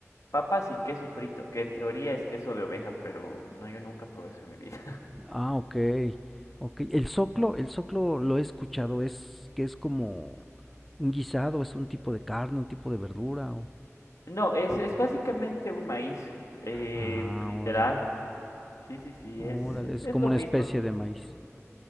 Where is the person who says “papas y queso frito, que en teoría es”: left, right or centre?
Left